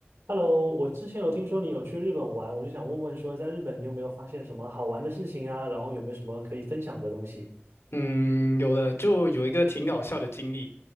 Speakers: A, on the right; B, on the left.
A: Hello，我之前有听说你有去日本玩，我就想问问说，在日本你有没有发现什么好玩的事情啊？然后有没有什么可以分享的东西？
B: 嗯，有的，就有一个挺搞笑的经历。